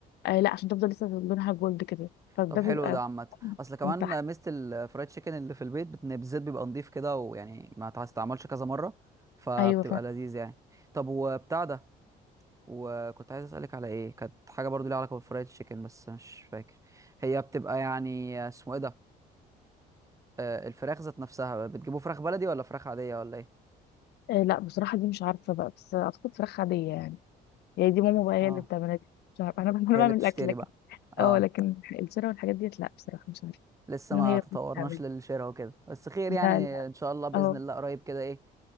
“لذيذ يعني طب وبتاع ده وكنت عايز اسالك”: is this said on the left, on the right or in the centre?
Right